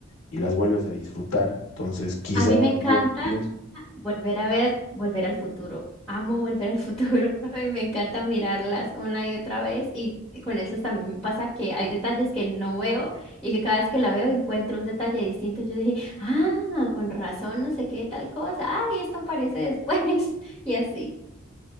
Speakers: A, on the left; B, in the centre.
A: y las vuelves a disfrutar. Entonces, quizá
B: A mí me encanta
A: yo pienso,
B: Volver a ver, volver al futuro. Amo volver al futuro <laughs> y me encanta mirarlas una y otra vez. Y con esas también me pasa que hay detalles que no veo y que cada vez que la veo encuentro un detalle distinto. Yo dije, ah, con razón, no sé qué, tal cosa. Ay, esto aparece después. <laughs> Y así.